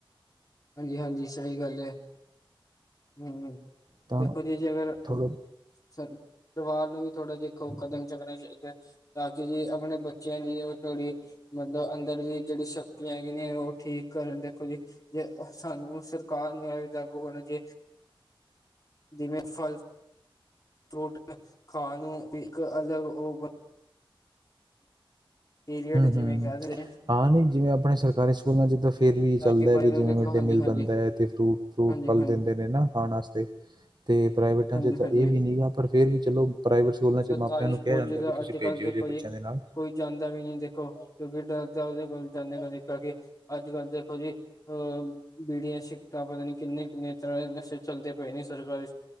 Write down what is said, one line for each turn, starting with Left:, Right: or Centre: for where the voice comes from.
Left: ਹਾਂਜੀ-ਹਾਂਜੀ ਸਈ ਗੱਲ ਐ ਹੂੰ,
Right: ਤਾਂ
Left: ਦੇਖੋ ਜੀ ਜੇ ਅਗਰ
Right: ਥੋੜਾ
Left: ਸਾਨੂੰ ਪਰਿਵਾਰ ਨੂੰ ਵੀ ਥੋੜ੍ਹੇ ਦੇਖੋ, ਕਦਮ ਚੁੱਕਣੇ ਚਾਈਦੇ ਆ। ਤਾਂ ਕਿ ਜੇ ਆਪਣੇ ਬੱਚੇਆਂ ਦੀ ਓ ਥੋੜ੍ਹੀ ਮਤਲਬ ਅੰਦਰ ਦੀ ਜੇੜੀ ਸ਼ਕਤੀਆਂ ਹੈਗੀ ਨੇ, ਓਠੀਕ ਕਰਨ ਦੇਖੋ ਜੀ ਜੇ ਸਾਨੂੰ ਸਰਕਾਰ ਨੂੰ ਐਵੇਂ ਲਾਗੂ ਹੋਣਾ ਜੇ ਜਿਵੇਂ ਫਲ ਟੋਟਕੇ ਖਾਂ ਨੂੰ ਇੱਕ ਅਲੱਗ ਓ ਪੀਰੀਅਡ
Right: ਹੂੰ
Left: ਜਿਵੇਂ
Right: ਹੂੰ
Left: ਕੈ ਦੇ ਰਹੇ
Right: ਹਾਂ ਨਈ ਜਿਵੇਂ ਆਪਣੇ ਸਰਕਾਰੀ ਸਕੂਲਾਂ 'ਚ ਤਾਂ ਫੇਰ ਵੀ ਏ ਚੱਲਦਾ,
Left: ਕਿ ਬੱਚੇ
Right: ਵੀ
Left: ਨੂੰ
Right: ਜਿਵੇਂ
Left: ਦੇਖੋ
Right: ਮਿਡ-ਡੇ
Left: ਹਾਂਜੀ-ਹਾਂਜੀ,
Right: ਮੀਲ ਬਣਦਾ ਐ ਅਤੇ ਫਰੂਟ ਫਰੂਟ-ਫਲ
Left: ਹਾਂਜੀ-ਹਾਂਜੀ,
Right: ਦਿੰਦੇ ਨੇ, ਨਾ ਖਾਣ ਆਸਤੇ ਤੇ ਪ੍ਰਾਈਵੇਟਾਂ
Left: ਹਾਂਜੀ-ਹਾਂਜੀ।
Right: ਚ ਤਾਂ ਏ ਵੀ ਨੀ ਗਾ, ਪਰ ਫੇਰ ਵੀ ਚਲੋ ਪ੍ਰਾਈਵੇਟ ਸਕੂਲਾਂ
Left: ਸਰਕਾਰੀ
Right: ਚ ਮਾਪਿਆਂ ਨੂੰ
Left: ਸਕੂਲ
Right: ਕਿਆ ਜਾਂਦਾ
Left: ਚ ਤਾਂ
Right: ਵੀ ਤੁਸੀਂ
Left: ਅੱਜ
Right: ਭੇਜਿਓ
Left: ਕੱਲ੍ਹ ਦੇਖੋ
Right: ਜੇ ਬੱਚਿਆਂ
Left: ਜੀ
Right: ਦੇ ਨਾਲ
Left: ਕੋਈ ਜਾਂਦਾ ਵੀ ਨੀ ਦੇਖੋ, ਕਿਓਕੇ ਡਰ ਓਦੇ ਕੋਲ ਜਾਂਦੇ ਕਿ ਅੱਜ-ਕੱਲ ਦੇਖੋ ਜੀ <unintelligible> ਬੀੜੀਆਂ, ਸਿਗਟਾਂ ਪਤਾ ਨੀ ਕਿੰਨੇ-ਕਿੰਨੇ ਤਰ੍ਹਾਂ ਦੇ ਨਸ਼ੇ ਚੱਲਦੇ ਪਏ ਨੇ ਸਰਕਾਰੀ